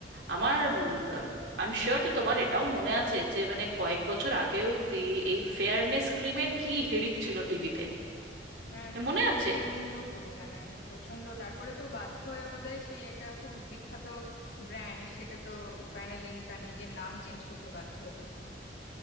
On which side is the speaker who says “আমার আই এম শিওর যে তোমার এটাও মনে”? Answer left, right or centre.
Right